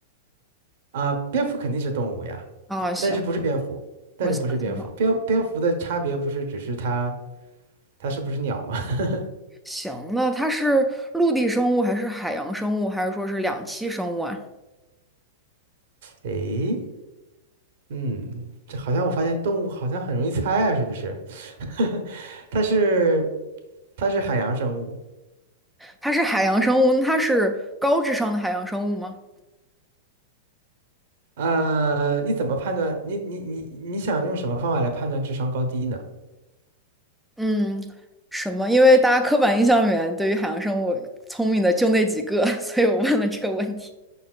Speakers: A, on the right; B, in the centre.
A: 啊，蝙蝠肯定是动物呀，
B: 啊，行，
A: 但是不是蝙蝠，但是不是蝙蝠，
B: 我想想好，
A: 蝙蝙蝠的差别不是只是它它是不是鸟吗？<laughs>
B: 行，那它是陆地生物还是海洋生物，还是说是两栖生物啊？
A: 诶，嗯，这好像我发现动物好像很容易猜啊，是不是？<laughs> 它是它是海洋生物，
B: 它是海洋生物，那它是高智商的海洋生物吗？
A: 呃，你怎么判断？你你你你想用什么方法来判断智商高低呢？
B: 嗯，什么？因为大家刻板印象里面对于海洋生物聪明的就那几个，<laughs> 所以我问了这个问题。